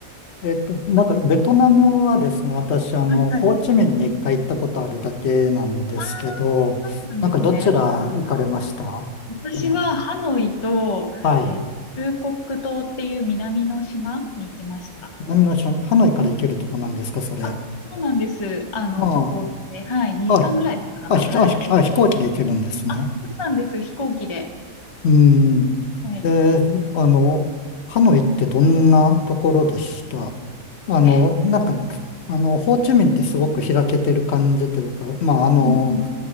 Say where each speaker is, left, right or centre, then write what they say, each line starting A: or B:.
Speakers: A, on the left (about 60°); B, on the left (about 35°).
A: えっと、なんか、ベトナムはですね、私、あの、
B: はいはい。
A: ホーチミンに一回行ったことあるだけなんですけど、
B: ああ、そうなんですね。
A: なんか、どちら行かれましたその
B: 私はハノイと、
A: はい。
B: えー、フーコック島っていう南の島に行きました。
A: 南の島、ハノイから行けるとこなんですか、
B: うん
A: それ。
B: あ、そうなんです。あの、
A: ああ、
B: 直行で、はい、2時間ぐらいだったかな。
A: あ、あ、ひあ、
B: はい。
A: ひあ、飛行機で行けるんですね。
B: あ、そうなんです。飛行機で。
A: うん。
B: はい。
A: で、あの、ハノイってどんなところでしたあの、
B: え、
A: なんか、あの、ホーチミンってすごく開けてる感じというか、まあ、あの、
B: うんうん。